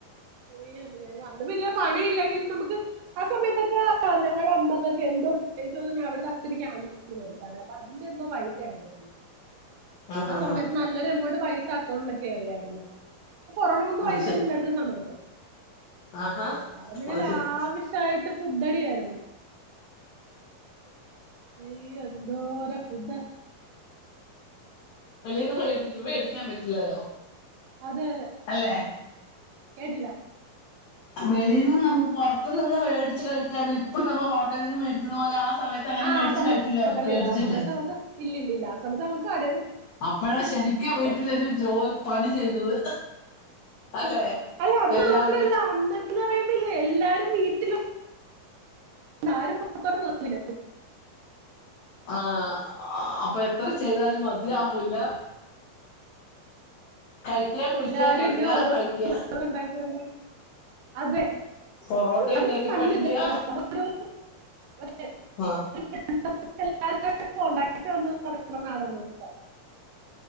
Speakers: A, on the right (about 80°); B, on the left (about 70°).
A: ഉയീ എന്റെ ദേവാ അന്ന് പിന്നെ പണി ഇല്ലെങ്കിൽ നമുക്ക് ആ സമയത്തൊക്കെ ഞങ്ങളുടെ അമ്മക്കൊക്കെ എന്തോ എനിക്ക് തോനുന്നു അവിടെന്ന് അഛന് <unintelligible> മരിച്ചാണ് അപ്പൊ അതിന്റെ എന്തോ പൈസയാ തോന്നുന്നു
B: ആഹാ
A: ആ സമയത്ത്
B: ഹാ
A: നല്ലൊരു എമൗണ്ട് പൈസ അക്കൗണ്ടിലക്ക് കേറിയായിര്ന്ന് കൊറോണ വന്നു പൈസൊന്നും
B: അത് ശരി
A: ഇല്ലായിരുന്ന സമയത്ത്
B: ആഹാ
A: എല്ലാരും പിന്നെ
B: അത്
A: ലാവിഷായിട്ട്
B: ശരി
A: ഫുഡടിയായിരുന്നു അയ്യോ! എന്തോരം ഫുഡാ
B: വെളിയിൽ നിന്നൊന്നും മേടിക്കാൻ പറ്റില്ലല്ലോ
A: അതെ അതെ
B: അല്ലേ?
A: കേട്ടില്ല
B: വെളിയിൽ നിന്ന് നമുക്ക് പുറത്തു നിന്ന് മേടിച്ച് കഴിക്കാന ഇപ്പം നമ്മൾ ഹോട്ടലിൽ നിന്നും മേടിച്ചുതു പോലെ ആ സ സമയത്ത് അങ്ങനെ
A: ആ
B: മേടിച്ചു
A: സമയത്ത്
B: കഴിക്കില്ലല്ലോ
A: ഹോട്ടലില്ല
B: പേടിച്ചിട്ട്
A: ആ സമയത്ത് നമുക്ക് ഇല്ലില്ലില്ല ആ സമയത്ത് നമുക്ക് കട
B: അപ്പോഴ ശരിക്കും വീട്ടിലൊരു ജോലി പണി ചെയ്തത് അല്ലെ?
A: അല്ല അത്
B: എല്ലാവരും
A: മാത്രല്ല അന്നൊക്ക പറയുമ്പല്ലെ എല്ലാരും വീട്ടില- ആരും പുറത്തോട്ട് പോവില്ല
B: ആഹ് അപ്പൊ എത്ര ചെയ്താലും മതിയാവൂല്ല കഴിക്കുക കുളിക്കുക
A: എല്ലാരും
B: കിടക്കുക
A: ഇങ്ങനെ ഓരോ
B: കഴിക്കുക
A: ഉണ്ടാക്കി ഉണ്ടാക്കി അതെ
B: പൊറോട്ട
A: അത് <unintelligible>
B: ഉണ്ടാക്കി പഠിക്കുക ആ
A: <unintelligible>